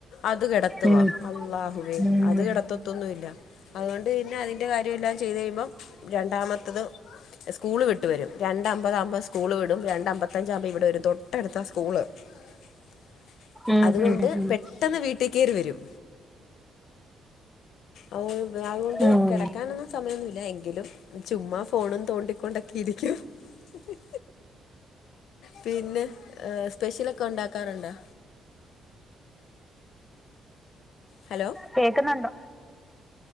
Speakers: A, on the left; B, in the centre.
A: അത് കെട തുവാ
B: ഉം
A: അല്ലാഹുവേ
B: ഉം
A: അത് കെടത്തേതോന്നുവില്ല അതുകൊണ്ട്ന്നെ. ന്റെ കാര്യമെല്ലാം ചെയ്ത് കഴിയുമ്പോ രണ്ടാമത്തത്. സ്കൂള് വിട്ട് വരും രണ്ട് അമ്പത് അകുമ്പോൾ സ്കൂള് വിടും രണ്ട് അമ്പത്തഞ്ചാകുമ്പോ ഇവിടെ വരും തൊട്ടടുത്ത സ്കൂള്. <inaudible>
B: ഉം
A: അതുകൊണ്ട്
B: ഉം ഉം
A: പെട്ടെന്ന് വീട്ടി കയറി വരും ഹോം ബ്രാവോണ്ട്
B: ഉം
A: കെടക്കാനെന്നും സമായൊന്നുല്ല എങ്കിലും ചുമ്മാ ഫോണും തോണ്ടിക്കൊണ്ടൊക്കെ ഇരിക്കും ഹ്ഹ്. പിന്നെ സ്പെഷ്യലൊക്കെ ഉണ്ടാക്കാറുണ്ടോ? ഹലോ.
B: കേൾക്കുന്നുണ്ട്.